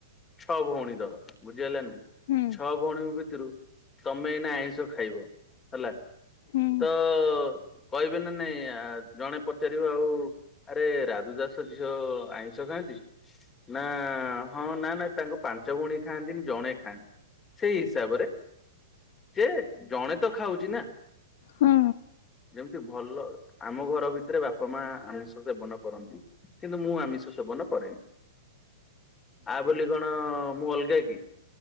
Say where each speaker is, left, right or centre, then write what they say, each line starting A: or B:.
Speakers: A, on the left (about 20°); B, on the left (about 55°).
A: ଛଅ ଭଉଣୀ ଧର ବୁଝିହେଲା ନା ନାଇଁ।
B: ହୁଁ।
A: ଛଅ ଭଉଣୀଙ୍କ ଭିତରୁ ତମେ ଏଇନା ଆଇଁଷ ଖାଇବ ହେଲା।
B: ହୁଁ।
A: ତ କହିବେ ନା ନାଇଁ ଆ ଜଣେ ପଚାରିବ ଆଉ। ଆରେ ରାଧୁ ଦାସ ଝିଅ ଆଇଁଷ ଖାଆନ୍ତି। ନା ହଁ ନା ନା ତାଙ୍କ ପାଞ୍ଚ ଭଉଣୀ ଖାଆନ୍ତିନି ଜଣେ ଖାଆନ୍ତି। ସେଇ ହିସାବରେ ଯେ ଜଣେ ତ ଖାଉଛି ନା।
B: ହୁଁ।
A: ଯେମିତି ଭଲ ଆମ ଘର ଭିତରେ ବାପା ମା ଆମିଷ ସେବନ କରନ୍ତି। କିନ୍ତୁ ମୁଁ ଆମିଷ ସେବନ କରେନି ଆ ବୋଲି କଣ ମୁଁ ଅଲଗା କି।